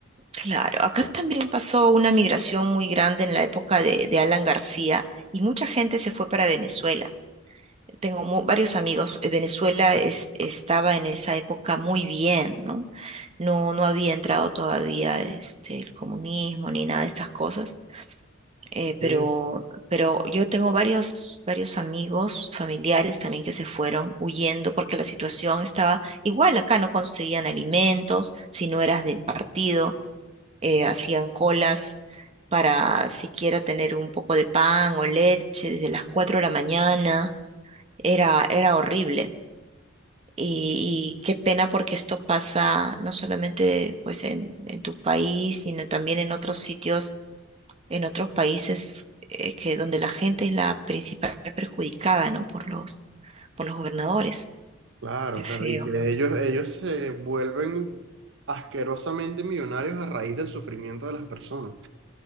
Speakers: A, on the right; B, on the right.
A: Claro. Acá también pasó una migración muy grande en la época de, de Alan García y mucha gente se fue para Venezuela. Tengo mu- varios amigos. eh, Venezuela es- estaba en esa época muy bien, ¿no? No, no había entrado todavía este, el comunismo ni nada de estas cosas. eh,
B: Sí,
A: pero,
B: sí,
A: pero yo tengo varios, varios amigos, familiares también que se fueron huyendo porque la situación estaba igual. Acá no conseguían alimentos, si no eras del partido, eh, hacían colas para siquiera tener un poco de pan o leche desde las 4 de la mañana. Era, era horrible. Y, y qué pena porque esto pasa no solamente pues en, en tu país, sino también en otros sitios, en otros países eh, que donde la gente es la principal perjudicada, ¿no? Por los, por los gobernadores.
B: claro,
A: Qué
B: claro,
A: feo.
B: y que ellos, ellos se vuelven asquerosamente millonarios a raíz del sufrimiento de las personas.